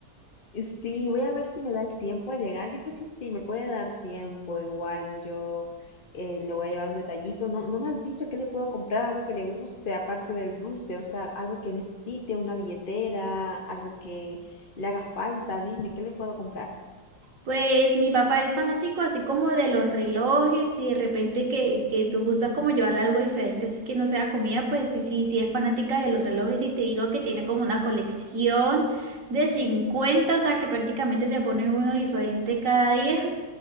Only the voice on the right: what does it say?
Pues mi papá es fanático así como de los relojes y de repente que, que
tú gustas como llevarle algo diferente, así que no sea comida, pues sí, sí, sí es fanática de los relojes y te digo que tiene como una colección de 50, o sea que prácticamente se pone uno diferente cada día. <laughs>